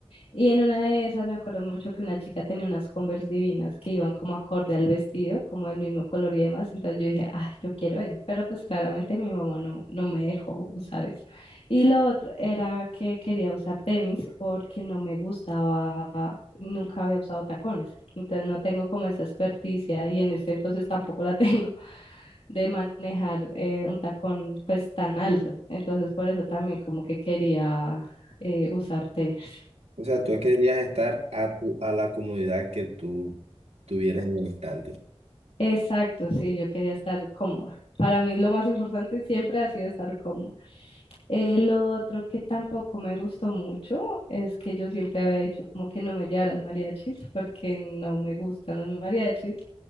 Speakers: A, on the left; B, on the right.
A: Y en una de esas me acuerdo mucho que una chica tenía unas Converse divinas que iban como acorde al vestido, como el mismo color y demás. Entonces yo dije, ay, yo quiero eso. Pero pues claramente mi mamá no, no me dejó usar eso. Y lo otro era que quería usar tenis porque no me gustaba, nunca había usado tacones. Entonces no tengo como esa experticia y en este entonces tampoco la <laughs> tengo de manejar eh, un tacón pues tan alto. Entonces por eso también como que quería eh, usar tenis.
B: O sea, tú querías estar a, tu- a la comodidad que tú tuvieras en el instante.
A: Exacto, sí, yo quería estar cómoda. Para mí lo más importante siempre ha sido estar cómoda. El otro que tampoco me gustó mucho es que yo siempre había dicho como que no me llevaras mariachis porque no me gustan los mariachis.